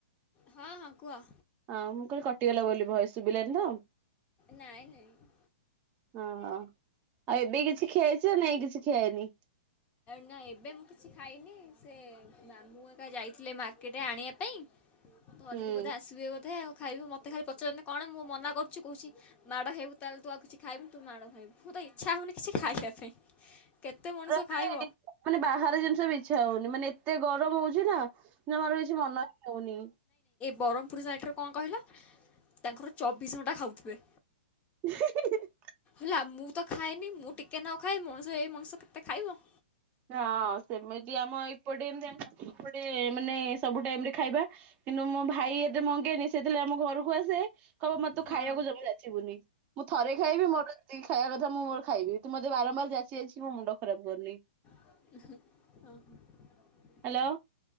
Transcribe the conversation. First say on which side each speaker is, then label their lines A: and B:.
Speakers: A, on the left; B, on the right.
A: ହଁ ହଁ କୁହ।
B: ହଁ ମୁଁ କହିଲି କଟିଗଲା ବୋଲି ଭଏସ ଶୁଭିଲାନି ତ
A: ନାଇଁ ନାଇଁ
B: ଓହୋ ଆଉ ଏବେ କିଛି ଖିଆହେଇଛି ନା କିଛି ଖିଆହେଇନି।
A: ନା ଏବେ ମୁଁ କିଛି ଖାଇନି ସେ ମାମୁଁ ଏକା ଯାଇଥିଲେ ମାର୍କେଟରେ ଆଣିବା ପାଇଁ ଧରିକି
B: ହୁଁ
A: ବୋଧେ ଆସିବେ ବୋଧେ ଆଉ ଖାଇବେ ମତେ ଖାଲି ପଚାରୁଛନ୍ତି କଣ ମୁଁ ମନା କରୁଛି କହୁଛି ମାଡ଼ ହେବୁ ତାହେଲେ ତୁ ଆଉ କିଛି ଖାଇବୁି ତୁ ମାଡ଼ ଖାଇବୁ। ମୁଁ ତ ଇଚ୍ଛା ହଉନି କିଛି ଖାଇବା ପାଇଁ କେତେ ମଣିଷ
B: ମାନେ
A: ଖାଇବ
B: ମାନେ ବାହାରେ ଜିନିଷ ବିଛା ହଉନି ମାନେ ଏତେ ଗରମ ହଉଛି ନା? ଜମାରୁ କିଛି ମନ ହଁ ହଉନି।
A: ବରମପୁର ସାଇଟରେ କଣ କହିଲ ତାଙ୍କର ଚବିଶ ଘଣ୍ଟା ଖାଉଥିବେ।
B: ହି ହିଁ।
A: ହେଲା ମୁଁ ତ ଖାଏନି ମୁଁ ଟିକେ ନ ଖାଏ ମଣିଷ ଏଇ ମଣିଷ କେତେ ଖାଇବ।
B: ହଁ ସେମତି ଆମ ଏପଟେତି <inaudible> ମାନେ ସବୁ ଟାଇମିରେ ଖାଇବା। କିନ୍ତୁ ମୋ ଭାଇ ଏତେ ମଗେନି ସେଥିଳେ ଆମ ଘରକୁ ଆସେ କହ ମତେ
A: ହଁ
B: ତୁ ଖାଇବାକୁ ଜମା ଯାଚିବୁନି ମୁଁ ଥରେ ଖାଇବି ମୋର ଯେତିକି ଖାଇବା କଥା ମୁଁ ମୋର ଖାଇବି ତୁ ମତେ ବାରମ୍ବାର ଯାଚି ଯାଚି ମୋ ମୁୋଣ୍ଡ ଖରପ କରନି।
A: ହ।
B: ହ୍ୟାଲୋ।